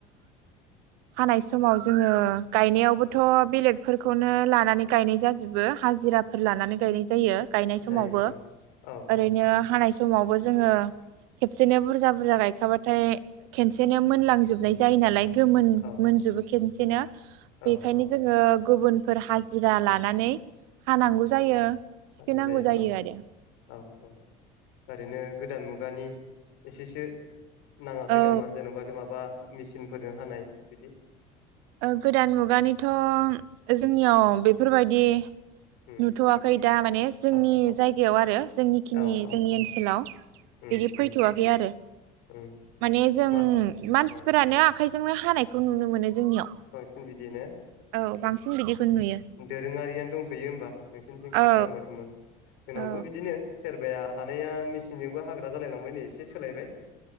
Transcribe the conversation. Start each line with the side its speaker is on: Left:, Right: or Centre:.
Right: हानाय समाव जोङो गायनायावबोथ' बेलेगफोरखौनो लानानै गायनाय जाजोबो हाजिराफोर लानानै गायनाय जायो। गायनाय समावबो
Left: जायो औ औ
Right: ओरैनो
Left: औ
Right: हानाय सम समावबो जोङो खेबसेनो बुरजा बुरजा गायखाबाथाय खेनसेनो मोनलांजोब जोबनाय जायो नालाय। गोमोन
Left: औ
Right: मोनजोबो केन्से बिदिनो
Left: औ
Right: बेखायनो
Left: औ
Right: जोङो गुबुनफोर हाजिरा लानानै हानांगौ जायो थिखोनांगौ
Left: नांगौ जायो औ
Right: आरो
Left: औ औ ओरैनो गोदान मुगानि एसेसो नाङाखै
Right: औ
Left: नामा जेन'बा जों माबा मेचिनफोरजों हानाय बिदि
Right: गोदान मुगानिथ' जोंनियाव बेफोरबायदि
Left: उम
Right: नुथ'वाखै दा माने जोंनि
Left: औ औ
Right: जायगायाव आरो जोंनिखिनि
Left: औ औ
Right: जोंनि
Left: औ
Right: ओनसोलाव बिदि
Left: उम उम
Right: फैथ'आखै आरो
Left: उम
Right: माने जों
Left: मा
Right: मानसिफोरानो
Left: औ
Right: आखाइजोंनो हानायखौ नुनो मोनो जोंनियाव।
Left: बांसिन बिदिनो
Right: औ बांसिन बिदिखौ नुयो
Left: दोरोङारियानो दंथयो होमबा नोंसिनिथिंं
Right: औ
Left: बर्थ'मान जोंनावबो
Right: औ
Left: बिदिनो सोरब सोरबाया हानाया मेसिनजोंबो हाग्रा जालायलांबायनो एसे सोलायबाय